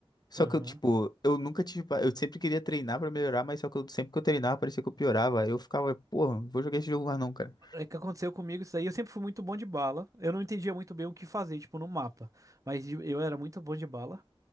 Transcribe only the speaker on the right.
Aham.
É que aconteceu comigo isso aí. Eu sempre fui muito bom de bala. Eu não entendia muito bem o que fazer, tipo, no mapa. Mas de- eu era muito bom de bala.